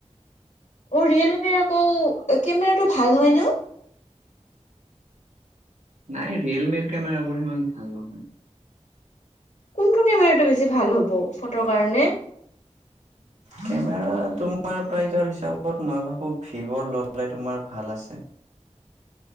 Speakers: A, on the left (about 85°); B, on the right (about 80°).
A: অ ৰিয়েলমি আকৌ কেমেৰাটো ভাল হয় নে
B: নাই ৰিয়েলমিৰ কেমেৰাবোৰ সিমান ভাল নহয়।
A: কোনটো কেমেৰাটো বেছি ভাল হ'ব ফটো কাৰণে।
B: কেমেৰা তোমাৰ প্ৰাইজৰ হিচাপত মই ভাবোঁ ভিভৰ ল'লে তোমাৰ ভাল আছে।